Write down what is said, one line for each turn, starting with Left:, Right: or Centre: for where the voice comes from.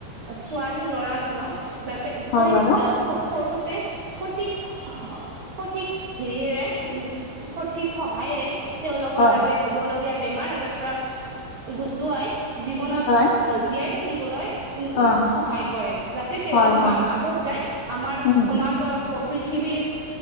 Right: ছোৱালী ল'ৰাজনক যাতে উচ্চ
Left: হয়
Right: শিক্ষা
Left: বাৰু
Right: আহ সৰুতে সঠিক সঠিক হেৰিৰে উম, সঠিক সহায়ৰে তেওঁলোকৰ
Left: হয়
Right: যাতে হ'বলগীয়া বেমাৰ আজাৰৰ পৰা গুচুৱাই, জীৱনত আহ,
Left: হয়
Right: জীয়াই থাকিবলৈ উ,
Left: অ
Right: সহায় কৰে যাতে তেওঁলোক
Left: হয় হয়
Right: আগত যায়। আমাৰ
Left: উম
Right: সমাজৰ পৃথিৱীৰ